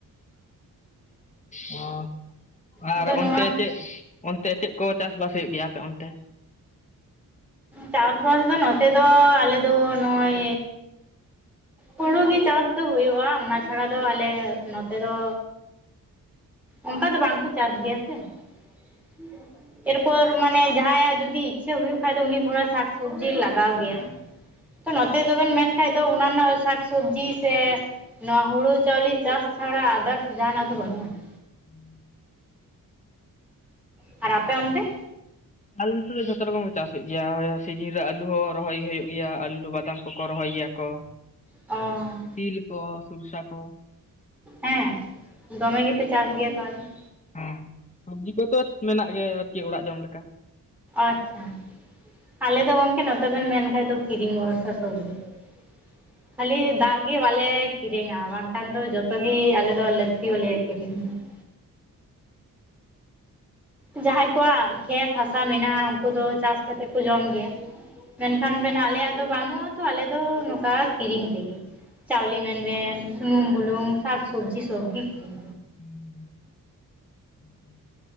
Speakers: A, on the left; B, in the centre.
A: ᱦᱩᱸ <unintelligible> ᱟᱨ
B: ᱟᱫᱚ ᱱᱚᱣᱟ
A: ᱚᱱᱛᱮ ᱪᱮᱜ ᱚᱱᱛᱮ ᱪᱮᱜ ᱠᱚ ᱪᱟᱥ ᱵᱟᱥ ᱦᱩᱭᱩᱜ ᱜᱮᱭᱟ ᱟᱯᱮ ᱚᱱᱛᱮ?
B: ᱪᱟᱥ ᱵᱟᱥ ᱫᱚ ᱱᱚᱛᱮ ᱫᱚ ᱟᱞᱮ ᱫᱚ ᱱᱚᱜ-ᱚᱭᱼᱼ ᱦᱩᱲᱩ ᱜᱮ ᱪᱟᱥ ᱫᱚ ᱦᱩᱭᱩᱜ-ᱟ ᱚᱱᱟ ᱪᱷᱟᱲᱟ ᱫᱚ ᱟᱞᱮ ᱱᱚᱛᱮ ᱫᱚᱼᱼ ᱚᱝᱠᱟ ᱫᱚ ᱵᱟᱝᱠᱚ ᱪᱟᱥ ᱜᱮᱭᱟ ᱥᱮ ᱾ ᱮᱨᱯᱚᱨ ᱢᱟᱱᱮ ᱡᱟᱦᱟᱸᱭᱟᱜ ᱡᱩᱫᱤ ᱤᱪᱪᱷᱟᱹ ᱦᱩᱭᱩᱜ ᱠᱷᱟᱡ ᱫᱚ ᱩᱱᱤ ᱛᱷᱚᱲᱟ ᱥᱟᱠᱥᱚᱵᱽᱡᱤ ᱞᱟᱜᱟᱣ ᱜᱮᱭᱟᱭ ᱾ ᱛᱚ ᱱᱚᱛᱮ ᱫᱚᱵᱮᱱ ᱢᱮᱱ ᱠᱷᱟᱡ ᱫᱚ ᱚᱱᱟ ᱨᱮᱱᱟᱜ ᱥᱟᱠᱥᱚᱵᱽᱡᱤ ᱥᱮᱼᱼ ᱱᱚᱣᱟ ᱦᱩᱲᱩ ᱪᱟᱣᱞᱮ ᱪᱟᱥ ᱪᱷᱟᱲᱟ ᱟᱫᱟᱨᱥ ᱡᱟᱦᱟᱱᱟᱜ ᱫᱚ ᱵᱟᱹᱱᱩᱜ-ᱟ ᱾
A: <inaudible>
B: ᱟᱨ ᱟᱯᱮ ᱚᱛᱱᱮ?
A: ᱟᱞᱮ ᱚᱱᱛᱮ ᱫᱚ ᱡᱷᱚᱛᱚ ᱨᱚᱠᱚᱢ ᱠᱚ ᱪᱟᱥᱮᱜ ᱜᱮᱭᱟ, ᱥᱤᱡᱤᱱ ᱨᱮ ᱟᱞᱩ ᱦᱚᱸ ᱨᱚᱦᱚᱭ ᱜᱮ ᱦᱩᱭᱩᱜ ᱜᱮᱭᱟ ᱟᱹᱞᱩ ᱵᱟᱫᱟᱢ ᱠᱚᱠᱚ ᱨᱚᱦᱚᱭ ᱜᱮᱭᱟ ᱠᱚ ᱾ <inaudible>
B: ᱚᱻ
A: ᱛᱤᱞ ᱠᱚ ᱥᱩᱨᱥᱟ ᱠᱚᱼᱼ
B: ᱦᱮᱸ ᱫᱚᱢᱮ ᱜᱮᱯᱮ ᱪᱟᱥ ᱜᱮᱭᱟ ᱛᱟᱦᱚᱞᱮ ᱾
A: ᱦᱩᱸ ᱥᱚᱵᱽᱡᱤ ᱠᱚᱛᱚ ᱢᱮᱱᱟᱜ ᱜᱮᱭᱟ ᱟᱨᱠᱤ ᱚᱲᱟᱜ ᱡᱚᱢ ᱞᱮᱠᱟ ᱾
B: ᱟᱪᱪᱷᱟ, ᱟᱞᱮ ᱫᱚ ᱜᱚᱝᱠᱮ ᱱᱚᱛᱮ ᱵᱮᱱ ᱢᱮᱱ ᱠᱷᱟᱱ ᱫᱚ ᱠᱤᱨᱤᱧ ᱵᱷᱚᱨᱥᱟ ᱥᱚᱵᱽᱡᱤ ᱾ ᱠᱷᱟᱞᱤ ᱫᱟᱜᱼᱼ ᱪᱮᱫ ᱜᱮ ᱵᱟᱞᱮ ᱠᱤᱨᱤᱧᱟ ᱵᱟᱝᱠᱷᱟᱱ ᱫᱚ ᱡᱚᱛᱚ ᱜᱤ ᱟᱞᱮ ᱫᱚ ᱞᱟᱹᱠᱛᱤ ᱟᱞᱮᱭᱟ ᱦᱚᱞᱮ ᱠᱤᱨᱤᱧ ᱜᱮᱭᱟ ᱾ ᱡᱟᱦᱟᱸᱭ ᱠᱚᱣᱟᱜ ᱠᱷᱮᱛ ᱦᱟᱥᱟ ᱢᱮᱱᱟᱜᱼᱟ ᱩᱱᱠᱩ ᱫᱚ ᱪᱟᱥ ᱠᱟᱛᱮᱜ ᱠᱚ ᱡᱚᱢ ᱜᱮᱭᱟ ᱾ ᱢᱮᱱᱠᱷᱟᱱ ᱟᱞᱮᱭᱟᱜ ᱫᱚ ᱵᱟᱹᱱᱩᱜᱼᱟ ᱛᱚ, ᱟᱞᱮ ᱫᱚ ᱱᱚᱝᱠᱟ ᱠᱤᱨᱤᱧ ᱛᱤᱜᱮ ᱾ ᱪᱟᱶᱞᱮ ᱢᱮᱱᱵᱮᱱ ᱥᱩᱱᱩᱢ ᱵᱩᱞᱩᱝ ᱥᱟᱠ ᱥᱚᱵᱽᱡᱤ ᱥᱚᱵᱜᱤ ᱠᱤᱨᱤᱧ ᱾
A: ᱦᱩᱸ ᱾